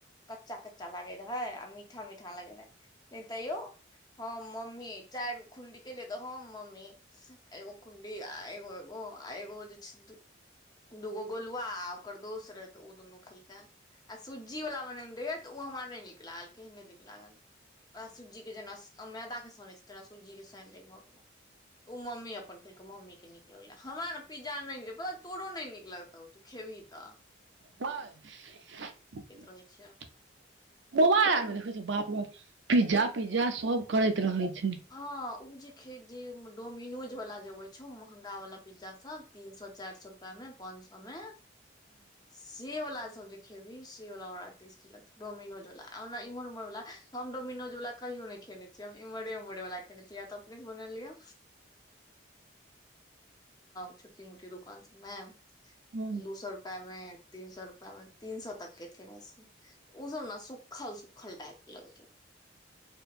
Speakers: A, on the left; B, on the right.
A: कच्चा कच्चा लागे रह है आ मीठा मीठा मीठा लगय रहै नै तैयो हम मम्मी चारि खुंडी केलियै तऽ हम मम्मी एगो कुंडी एगो एगो आ एगो जे छैिधू दूगो गोलुवा आ ओकर दोस्त रहे तऽ ओ दुनू खेलकै आ सुज्जीवला बनेने रहियै तऽ ओ हमरा नहि नीक लागल केहने दैन लागल वयह सूज्जी के जेना मैदा के सनैत छै तेना सूजी के साइन दही भऽ गेलै उ मम्मी अपन खेलकै मम्मी के नीक लगलै हमरा न पिज़्ज़ा आर नहि नीक पता है तोरो नहि नीक लगतौ खेब हीं त'
B: <unintelligible>
A: रहे छै
B: पिज़्ज़ा पिज़्ज़ा सब करैत रहै छै
A: हँ उ जे खी जे डोमिनोज बला जे आबै छौ महंगा वला पिज़्ज़ा सब तीन सए चारि सए रुपा मे पांच समय से बला सभ जे खेबहि से बला टेस्टी लगतौ डोमिनोज बला ने इमहर उमरला त हम डोमिनोज बला नहि खेने छै इमर उमर अपने बनलिय छटीोी <unintelligible> दोकान मै
B: हम्म
A: दू सौ रुप प मे तीन सौ रुपआ मे तीन सौ तक के ख ओ सब ने सुखल सुखल टाइप लगतै
B: ह